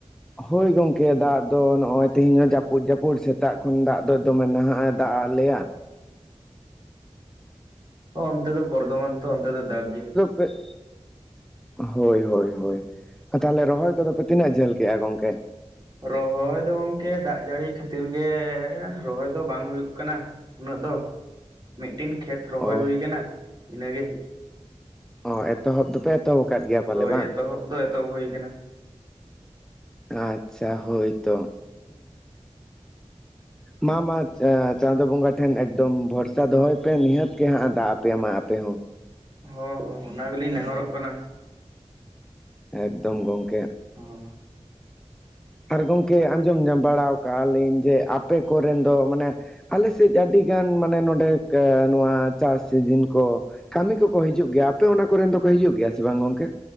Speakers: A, in the centre; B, on the right.
A: ᱦᱳᱭ ᱜᱚᱝᱠᱮ ᱫᱟᱜ ᱫᱚ ᱱᱚᱜ-ᱚᱭ ᱛᱮᱦᱮᱧ ᱦᱚᱸ ᱡᱟᱹᱯᱩᱫ ᱼ ᱡᱟᱹᱯᱩᱫ ᱥᱮᱛᱟᱜ ᱠᱷᱚᱱ ᱫᱟᱜ ᱫᱚ ᱫᱚᱢᱮ ᱱᱟᱦᱟᱼᱜ ᱮᱸᱻ ᱫᱟᱜᱼᱟᱫ ᱞᱮᱭᱟ᱾
B: ᱚᱻ᱾ ᱚᱱᱛᱮ ᱫᱚ ᱵᱚᱨᱫᱷᱚᱢᱟᱱ ᱛᱚ ᱚᱱᱛᱮ ᱫᱚ ᱫᱟᱜ ᱜᱮᱭᱟ᱾
A: ᱵ <inaudible> ᱦᱳᱭ - ᱦᱳᱭ - ᱦᱳᱭ᱾ ᱛᱟᱦᱚᱞᱮ ᱨᱚᱦᱚᱭ ᱠᱚᱫᱚ ᱯᱮ ᱛᱤᱱᱟᱹᱜ ᱡᱷᱟᱹᱞ ᱠᱮᱜᱼᱟ ᱜᱚᱝᱠᱮ?
B: ᱨᱚᱦᱚᱭ ᱫᱚ ᱜᱚᱝᱠᱮ ᱫᱟᱜ ᱡᱟᱹᱲᱤ ᱠᱷᱟᱹᱛᱤᱨ ᱜᱮᱻ ᱨᱚᱦᱚᱭ ᱫᱚ ᱵᱟᱝ ᱦᱩᱭᱩᱜ ᱠᱟᱱᱟ ᱩᱱᱟᱹᱜ ᱫᱚ, ᱢᱤᱫᱴᱤᱱ ᱠᱷᱮᱛ ᱨᱚᱦᱚᱭ
A: ᱚ
B: ᱦᱩᱭ ᱠᱟᱱᱟ᱾ ᱤᱱᱟᱹᱜᱮ᱾
A: ᱚ ᱮᱛᱚᱦᱚᱵ ᱫᱚᱯᱮ ᱫᱚᱛᱚ <unintelligible> ᱟᱠᱟᱫ ᱜᱮᱭᱟ᱾ ᱯᱟᱞᱮ
B: ᱦᱳᱭ
A: ᱵᱟᱝ
B: ᱮᱛᱚᱦᱚᱵ ᱫᱚ ᱮᱛᱚᱦᱚᱵ ᱦᱳᱭ ᱟᱠᱟᱱᱟ᱾
A: ᱟᱪᱪᱷᱟ ᱦᱳᱭ ᱛᱚ᱾ ᱢᱟ ᱢᱟ ᱮᱸᱻᱪᱟ ᱪᱟᱸᱫᱳ ᱵᱚᱸᱜᱟ ᱴᱷᱮᱱ ᱮᱠᱫᱚᱢ ᱵᱷᱚᱨᱥᱟ ᱫᱚᱦᱚᱭ ᱯᱮ, ᱱᱤᱦᱟᱹᱛ ᱜᱮ ᱦᱟᱸᱜᱼᱟ ᱮᱸᱻ ᱫᱟᱜ ᱟᱯᱮᱭᱟ ᱟᱯᱮ ᱦᱚᱸ᱾
B: ᱦᱚᱸ ᱦᱚᱸ ᱦᱚᱸ ᱚᱱᱟ ᱜᱮᱞᱤᱧ ᱱᱮᱦᱚᱨᱚᱼᱜ ᱠᱟᱱᱟ᱾
A: ᱮᱠᱫᱚᱢ ᱜᱚᱝᱠᱮ᱾
B: ᱦᱚᱸ
A: ᱟᱨ ᱜᱚᱝ ᱠᱮ ᱟᱸᱡᱚᱢ ᱧᱟᱢ ᱵᱟᱲᱟᱣ ᱠᱟᱜᱼᱟ ᱞᱤᱧ, ᱡᱮ ᱟᱯᱮ ᱠᱚᱨᱮᱱ ᱫᱚ ᱢᱟᱱᱮ ᱟᱞᱮ ᱥᱮᱡ ᱟᱹᱰᱤᱜᱟᱱ ᱢᱟᱱᱮ ᱱᱚᱸᱰᱮ ᱠᱟᱻ ᱱᱚᱣᱟ ᱪᱟᱥ ᱥᱤᱡᱤᱱ ᱠᱚ ᱠᱟᱹᱢᱤ ᱠᱚᱠᱚ ᱦᱤᱡᱩᱜ ᱜᱮᱭᱟ, ᱟᱯᱮ ᱚᱱᱟ ᱠᱚᱨᱮᱱ ᱫᱚ ᱠᱚ ᱦᱤᱡᱩᱜ ᱜᱮᱭᱟ, ᱥᱮ ᱵᱟᱝ ᱜᱚᱝᱠᱮ?